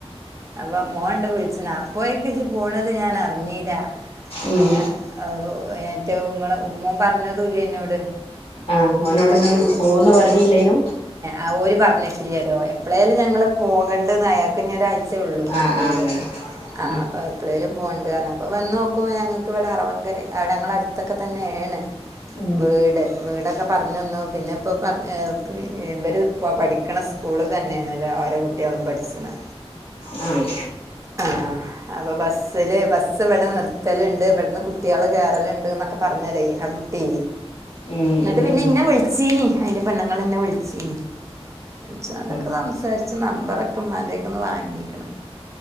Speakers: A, on the right; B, on the left.
A: അപ്പോ മോൻണ്ട് വിൾച്ച് ണ് അ പോയി ഇജ്ജ് പോണത് ഞാൻ അറിഞീല്ല
B: ഉം
A: ഏഹ് അഹ് റ്റെ ങ്ങള മോൻ പറഞ്ഞതും ഇല്ല ഇന്നോട്
B: ആഹ് മോനോട് ഇങ്ങള് പോകുന്ന് പറഞ്ഞില്ലേ നു
A: അ ഓല് പറഞ്ഞിട്ടില്ല ലോ എപ്പ്ളേലും ഞങ്ങൾ പോകണ്ട്ന്ന് അയാൾക്ക് ഞ്ഞൊര് ആഴ് സെ ഒള്ളൂ
B: ആഹ്
A: ലീവ്
B: ആഹ് അങ്ങനെ
A: ആ
B: ഉം
A: അപ്പ എപ്പളിേും പോേണ്ട് കാരണം അപ്പോൾ എപ്പളെലും പോണ്ട് വന്ന് നോക്കുമ്പോൾ ഞൾക്ക് ഇവിടെ അറവൻങ്കര ഞങ്ങള അടുത്തൊക്കെ തന്നെയ ആണ്
B: ഉം
A: വീട് വീടൊക്കെ പറ്ഞ്ഞന്നൊ പിന്നെ ഇപ്പം പറ ഇവര് പഠിക്ക്ണ സ്കൂള് തന്നെയണല്ലോ അവരെ കുട്ടിയോളും പഠിച്ച്ണ
B: ഉം
A: ആഹ് അപ്പൊ ബസ്സില് ബസ് ഇവിടെ നിർത്തല്ണ്ട് ഇവിടന്ന് കുട്ടിയാള് കേയറലുണ്ട് ന്നൊക്കെ പറ്ഞ്ഞ് ലയ് ആ കുട്ടി
B: ഉം
A: ന്നട്ട്
B: ഉം
A: ' പിന്നെ
B: ഉം ഉം
A: ഇന്നൊ വിളിച്ചീനി അയിൻ്റെപെണ്ണങ്ങള്ന്നെ വിളിച്ചീനി. ഉച്ചാണ്ടക്കെ
B: ഉം
A: സംസാരിച്ച് നമ്പറൊക്കെ ഉമ്മാൻ്റെക്ക്ന്ന് വാങ്ങിക്ക്ണ്.